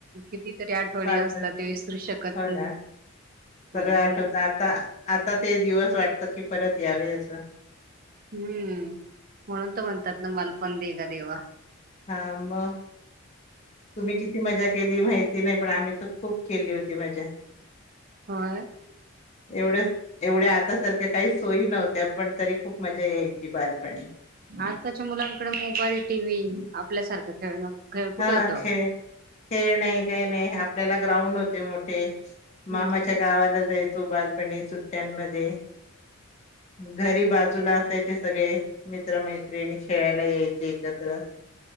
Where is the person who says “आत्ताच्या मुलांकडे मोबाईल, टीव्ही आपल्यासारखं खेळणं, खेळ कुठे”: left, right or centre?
Right